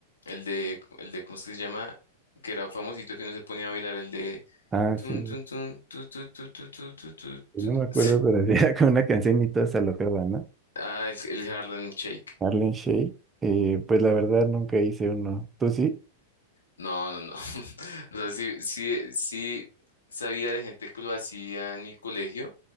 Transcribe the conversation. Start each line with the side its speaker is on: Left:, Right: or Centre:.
Left: el de, el de, ¿cómo es que se llama? Que era famosito que no se ponía a bailar, el de...
Right: Ah,
Left: tun,
Right: sí.
Left: tun, tun, tu, tu, tu, tu, tu, tu, tu,
Right: No
Left: tu.
Right: me
Left: <laughs>
Right: acuerdo, pero era <laughs> con una canción y todos se alocaban, ¿no?
Left: Ah, el, el Harlem Shake.
Right: Marlene Shea. Eh, pues la verdad nunca hice uno. ¿Tú sí?
Left: No, no, no. <laughs> O sea, sí, sí, sí sabía de gente que lo hacía en mi colegio,